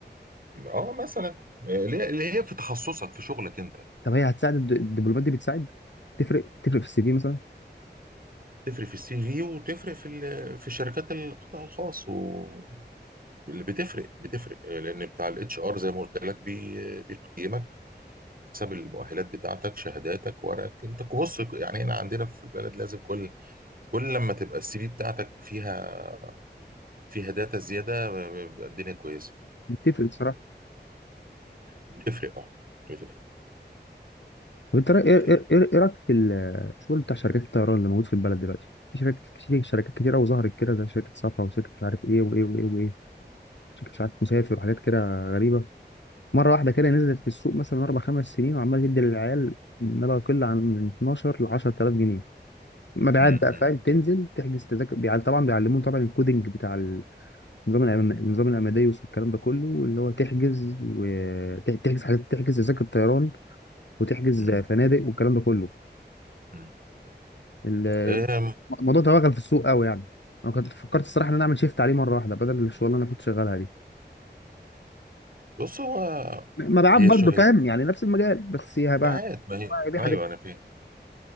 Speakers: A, on the right; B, on the left.
A: اه مثلا آه، اللي هي اللي هي في تخصصك في شغلك انت
B: طب هي هتساعد الد- الدبلومات دي بتساعد تفرق تفرق في السي في مثلا
A: تفرق في السي في وتفرق في ال- في شركات القطاع الخاص واللي بتفرق بتفرق آه، لان بتاع الاتش ار زي ما قلت لك بي- بيقيمك حسب المؤهلات بتاعتك شهاداتك ورقك انت بص يعني هنا عندنا في البلد لازم كل كل لما تبقى السي في بتاعتك فيها فيها داتا زياده بيبقى الدنيا كويسه
B: بتفرق
A: بتفرق اه بتفرق
B: طب انت رأي- ايه
A: بتفرق
B: ايه ايه إيه رايك في الشغل بتاع شركات الطيران اللي موجود في البلد دلوقتي في شركات كتير شركات كتيره وظهرت كده زي شركه صفا وشركه مش عارف ايه وايه وايه وايه شركه مش عارف مسافر وحاجات كده غريبه مره واحده كده نزلت في السوق مثلا اربع خمس سنين وعماله تدي للعيال ما لا يقل عن من 12 ل 10000 جنيه مبيعات
A: م-
B: بقى فاهم
A: م-
B: تنزل تحجز تذاكر بيع- طبعا بيعلمون طبعا الكودينج بتاع النظام الأم- النظام الاماديوس والكلام ده كله اللي هو تحجز وتحجز حاجات تحجز تذاكر طيران وتحجز
A: م-
B: فنادق والكلام ده كله
A: م.
B: ال-
A: أم،
B: الموضوع توغل في السوق قوي يعني انا كنت فكرت الصراحه ان انا اعمل شيفت عليه مره واحده بدل الشغل اللي انا كنت شغالها دي
A: بص هو
B: مبيعات
A: هي
B: برضه
A: شو هي
B: فاهم يعني نفس المجال بس هي بقى
A: مبيعات ما هي
B: هي دي
A: ايوه
B: حاجات
A: انا فاهم